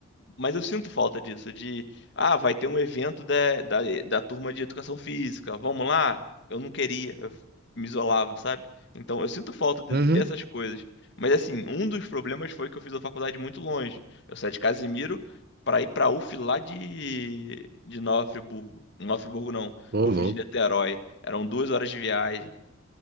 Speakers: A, on the left; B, on the right.
A: Mas eu sinto falta disso, de, ah, vai ter um evento da, da, da turma de educação física, vamos lá? Eu não queria, eu me isolava, sabe? Então eu sinto falta de-
B: Uhum.
A: dessas coisas. Mas assim, um dos problemas foi que eu fiz a faculdade muito longe. Eu saí de Casimiro para ir para UF lá de, de Nova Friburgo. Nova Friburgo não,
B: Ô,
A: UF
B: louco,
A: de Niterói. Eram duas horas de viagem,